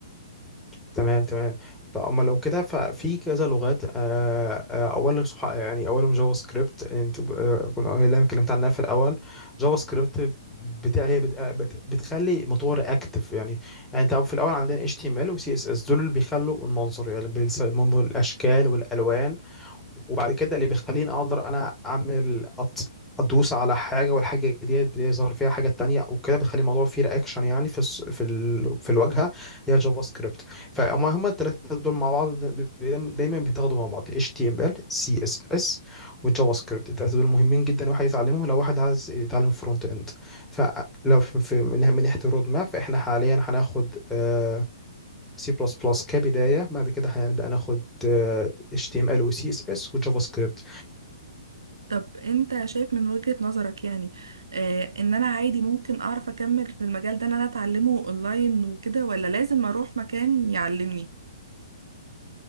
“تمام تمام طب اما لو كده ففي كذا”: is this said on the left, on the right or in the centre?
Centre